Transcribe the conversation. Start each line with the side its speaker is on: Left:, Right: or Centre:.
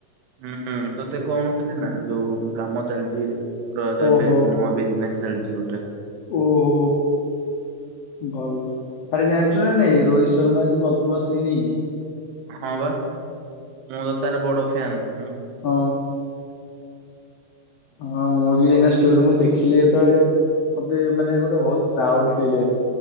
Right: ହୁଁ ତତେ କଣଥିଲି ନା ଯୋଉ କାମ ଚାଲିଚି। ରଜ
Left: ଓହୋ
Right: ଏବେ ନି ବିଜିନେସ୍ ଚାଲିଛି ଗୋ
Left: ଓହୋ ଭଲ। ଆରେ ଜାଣିଛୁ ନା ନାଇଁ ରୋହିତ ଶର୍ମା ଆଜି ପଦ୍ମଶ୍ରୀ ନେଇଛି।
Right: ହଁ ବା ମୁଁ ତ ତାର ବଡ଼ ଫ୍ୟାନ।
Left: ହଁ ହଁ ମୁଁ ବି ଏଇନେ ଷ୍ଟୋରି ମୁଁ ଦେଖିଲି ଯେତେ ସେତେବେଳେ ମତେ ମାନେ ଗୋଟେ ବହୁତ ପ୍ରାଉଡ ଫିଲ୍ ହେଲା।